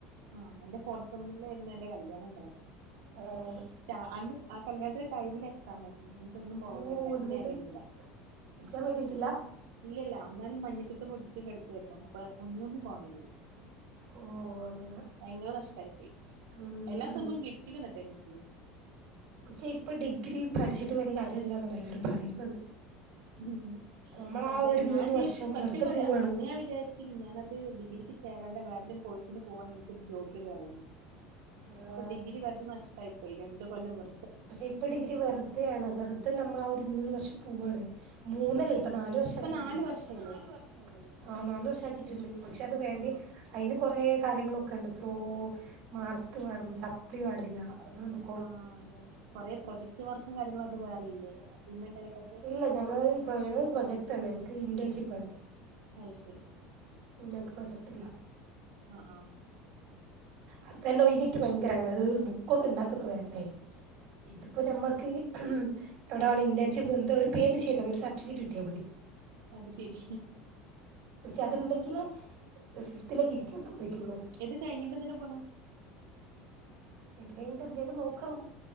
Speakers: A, on the right (about 85°); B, on the right (about 55°).
A: ആഹ് എന്റെ ഫോർത്ത് സമ്മിലായിരുന്നു എന്റെ കല്യാണം ഉണ്ടായിരുന്നറ്റ
B: ഏഹ്
A: അന്ന് ആ കല്യാണന്റെ ടൈമിൽ എക്സാം ആയിരുന്നു ഒന്നും പോവാൻ
B: ഓഹ്
A: കഴിഞ്ഞില്ലറ്റന്ന
B: എന്നിട്ട്
A: ചെയ്യാൻ കഴിഞ്ഞില്ല
B: എക്സാം എഴുതിയിട്ടില്ല
A: ഇല്ല ഇല്ല അന്നാണ് ഈ മഞ്ഞപ്പിത്തം മുടിച്ചും കെടുക്കുായിരുന്നു അപ്പൊ ഒന്നുകണ്ടും പോവാൻ കഴിഞ്ഞില്ല
B: ഓ അങ്ങനെ
A: ഭയങ്കര നഷ്ടായി പോയി
B: ഉം
A: എല്ല
B: ഉം
A: സാ മ്മ കെട്ടിയിട്ടന്നിട്ടെ എനിക്ക്
B: പക്ഷേ ഇപ്പൊ ഡിഗ്രി പഠിച്ചിട്ട് വലിയ കാര്യംല്ലാന്നാണ് എല്ലാരും പറയുന്നത്
A: ഉം
B: നമ്മള്
A: അതെ
B: ആ ഒരു
A: ഞാൻ
B: മൂന്ന്
A: ചയിച്ചിച്ച
B: വർഷം
A: സത്യം
B: വെറുതെ
A: പറയാ
B: പോവാണെന്ന്
A: അന്ന്ഞാൻ വിചാരിച്ച ഞാനത് ഡിഗ്രിക്ക് ചേണ്ട വേറെഏതങ്ക കോയ്സിന് പോവാണെങ്ക എനിക്ക ജോബില് കയറേനു ഇതിപ്പോ
B: ആഹ്
A: ഡിഗ്രി വരത് നഷ്ടമായിപ്പോയി രണ്ട കൊല്ലം വറ
B: പക്ഷെ ഇപ്പ ഡിഗ്രി വെർതെയാണ്. വെർതെ നമ്മളാ ഒരു മൂന്ന് വർഷം പോവ്വാണ് മൂന്നല്ല,
A: അതെ
B: ഇപ്പൊ നാല് വർഷാക്കിട്ടില്ലേ.
A: ഇപ്പൊ നാല് വർഷായില്ലേ
B: പ്പ നാലു വർഷ് - ആഹ്‌ നല് വർഷാക്കിട്ടുണ്ട് പക്ഷെ അത് വേണ്ടി
A: ആഹ്
B: അയ്ന് കൊറെ കാര്യങ്ങളൊക്കെ ഉണ്ട് എത്രോ മാർക്ക് വേണം സപ്ലി പാടില്ല അങ്ങനെന്തൊ
A: ആഹ്‌ അതെ. കൊറെ പ്രൊജക്ട് വർക്കും കാര്യങ്ങളും അത് വേറെയില്ലേ അസൻമെന്റ് ആയിട്ടൊ
B: ഇല്ല. ഞങ്ങൾ ഞങ്ങക്ക്‌ പ്രൊജക്ട്ല്ല ഞങ്ങക്ക് ഇന്റേൺഷിപ്പ് ആണ്
A: അയ് ശരി
B: ഉം ഞങ് ക്ക് പ്രൊജക്ട് ഇല്ല
A: ആഹ് ആഹ്
B: അത് തന്നെ ഒഴിഞ്ഞിട്ട് ഭയങ്കരാണ്. അത് ഒരു ബുക്കൊക്കെ ണ്ടാക്കൊക്കെ വേണ്ടേ ഇത്പ്പോ നമ്മക്ക് എവിടാണ് ഇന്റേൺഷിപ്പ് എന്ത ഒരു പേരിന് ചെയ്താ മതി. ഒരു സർട്ടിഫിക്കറ്റ് കിട്ടിയാ മതി
A: അത് ശരി
B: പക്ഷെ അത്ണ്ടെങ്കിലേ ഫിഫ്ത്തിലേക്ക് ഇരിക്കാൻ സമ്മയ്ക്കുള്ളൂ
A: ഇത് കഴിഞ്ഞിട്ട് എന്തിനാ പോണ്
B: ഇത് കഴിഞ്ഞിട്ട് എന്തേലും നോക്കണം